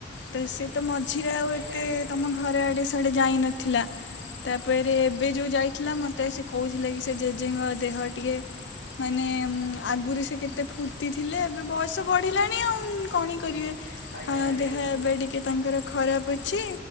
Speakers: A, on the left (about 75°); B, on the right (about 50°).
A: ତ
B: ଆଜ୍ଞା
A: ସେ ତ ମ ଆଉ
B: ଆଜ୍ଞା
A: ଏତେ
B: ଆଜ୍ଞା
A: ତମ ଘର ଆଡେ ସିଆଡେ ଯାଇନଥିଲା ତାପରେ ଏବେ ଯୋଉ
B: ହୁଁ
A: ଯାଇଥିଲା
B: ହୁଁ
A: ମତେ ମତେ ଆସି କହୁଥିଲା କି ସେ ଜେଜେଙ୍କ ଦେହ ଟିକିଏ ମାନେ ଆଗରୁ ସେ କେତେ ଫୁର୍ତି ଥିଲେ ଏବେ ବୟସ ବଢିଲାଣି ଆଉ କଣି
B: ହୁଁ
A: କରିବେ
B: ହୁଁ ଆଜ୍ଞା ଆଜ୍ଞା
A: ଦେହ ଏବେ ଟିକିଏ ତାଙ୍କର ଦେହ ଖରାପ ଅଛି